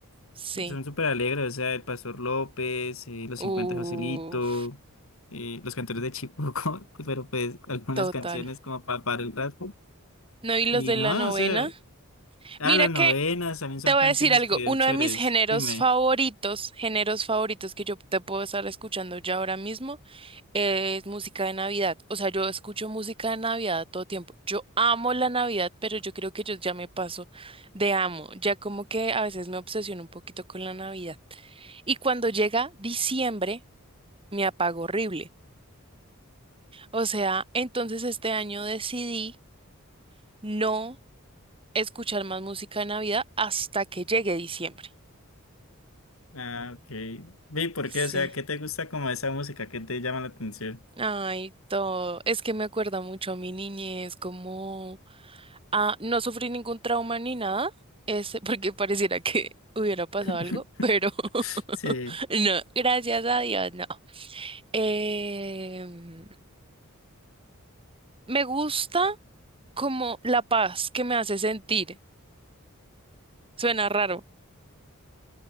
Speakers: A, on the right (about 25°); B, on the left (about 70°).
A: Sí.
B: Son súper alegres, o sea, el Pastor López, eh, los cincuenta
A: Uf,
B: de Joselito, eh, los cantores de Chipoco, <laughs> pero pues algunas
A: total.
B: canciones como pa- para, el rato.
A: No, y los
B: Y
A: de
B: no,
A: la novena.
B: o sea, ah,
A: Mira
B: las
A: que
B: novenas también son
A: Te voy
B: canciones
A: a decir algo,
B: que
A: uno
B: son chéveres.
A: de mis géneros
B: Dime.
A: favoritos, géneros favoritos que yo te puedo estar escuchando ya ahora mismo es música de Navidad. O sea, yo escucho música de Navidad todo tiempo. Yo amo la Navidad, pero yo creo que yo ya me paso de amo. Ya como que a veces me obsesiono un poquito con la Navidad. Y cuando llega diciembre, me apago horrible. O sea, entonces este año decidí no escuchar más música de Navidad hasta que llegue diciembre.
B: Ah, ok. Vi, ¿por
A: Sí.
B: qué? O sea, ¿qué te gusta como esa música? ¿Qué te llama la atención?
A: Ay, todo. Es que me acuerda mucho a mi niñez, como ah, no sufrí ningún trauma ni nada, es <laughs> porque pareciera que hubiera pasado
B: <laughs>
A: algo, pero <laughs>
B: Sí,
A: no, gracias a Dios, no. Em, me gusta como la paz que me hace sentir. Suena raro.